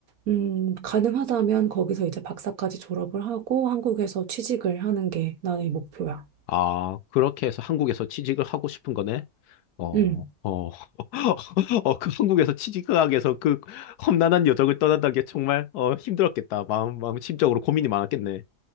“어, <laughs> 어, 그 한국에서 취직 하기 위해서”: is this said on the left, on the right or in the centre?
Left